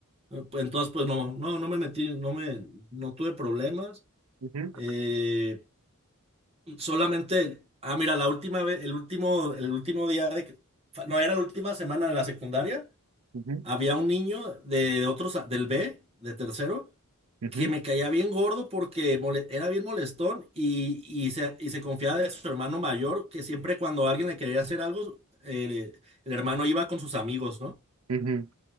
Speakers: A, on the right; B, on the right.
A: eh, pues, entonces, pues no, no, no me metí, no me, no tuve problemas.
B: Ujú,
A: eh, Solamente, ah, mira, la última vez, el último, el último día de, que- no, era la última semana de la secundaria,
B: ujú,
A: había un niño de otros, del B, de tercero,
B: ujú,
A: que me caía bien gordo porque mole- era bien molestón y, y se, y se confiaba de su hermano mayor, que siempre cuando alguien le quería hacer algo, eh, el hermano iba con sus amigos, ¿no?
B: ujú,